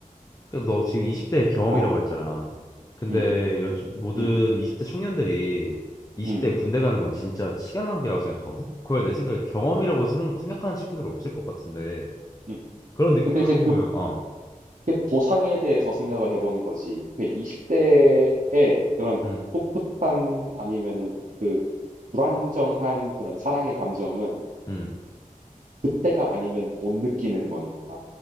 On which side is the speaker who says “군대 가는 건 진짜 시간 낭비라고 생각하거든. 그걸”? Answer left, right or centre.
Left